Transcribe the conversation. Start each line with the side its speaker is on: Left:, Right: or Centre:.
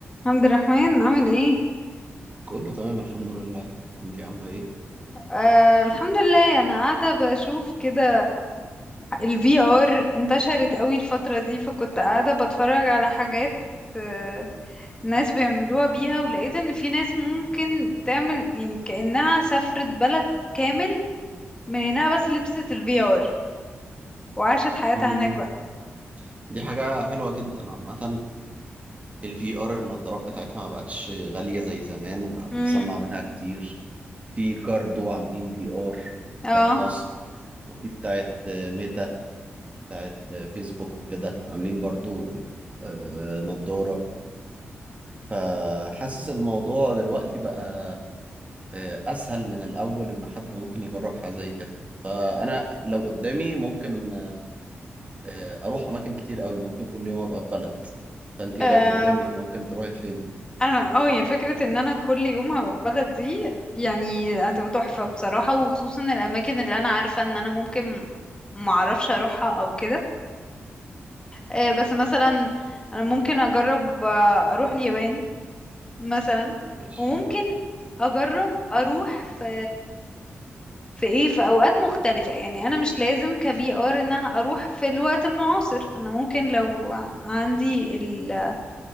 Left: عبد الرحمن عامل ايه
Right: كله تمام الحمد لله انتي عامله ايه
Left: آه الحمد لله انا قاعده بشوف كده الفي ار انتشرت قوي الفتره دي فكنت قاعده بتفرج على حاجات آه ناس بيعملوها بيها ولقيت ان في ناس ممكن تعمل يعني كانها سافرت بلد كامل من انها بس لبست الفي ار وعاشت حياتها
Right: مم.
Left: هناك بقى
Right: دي حاجه حلوه جدا عامه الفي ار النضارات بتاعتها ما بقتش غاليه زي زمان بقى
Left: امم
Right: بنتصنع منها كتير في كاردو عاملين في ار
Left: اه
Right: ده في مصر وفي بتاعت آه، ميتا بتاعت آه، فيسبوك وكده عاملين برضو آه، نضاره فحاسس الموضوع دلوقتي بقى آه، اسهل من الاول ان حد ممكن يجرب حاجه زي كده فانا لو قدامي ممكن آه، اروح اماكن كتير قوي ممكن كل يوم ابقى في بلد فانت
Left: امم
Right: لو قدامك ممكن تروحي فين
Left: انا اه يعني فكرة ان انا كل يوم هبقى في بلد دي يعني هتبقى تحفة بصراحة وخصوصا الاماكن اللي انا عارفة ان انا ممكن معرفش اروحها او كده آه، بس مثلا انا ممكن اجرب آه، اروح اليابان مثلا
Right: ماشي
Left: وممكن اجرب اروح في في ايه في اوقات مختلفة يعني انا مش لازم كفي ار ان انا اروح في الوقت المعاصر انا ممكن لو عندي ال